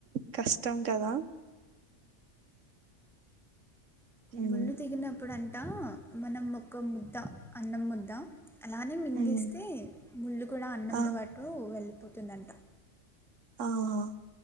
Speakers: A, on the right (about 80°); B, in the centre.
A: కష్టం కదా ఉమ్,
B: ముళ్ళు తిగినప్పుడు అ అంట మనం ఒక ముద్ద అన్నం ముద్ద అలానే మింగేస్తే
A: ఉమ్,
B: ముళ్ళు కూడా అన్నంతో
A: ఆ
B: పాటు వెళ్ళ పోతుందంట
A: ఆఓ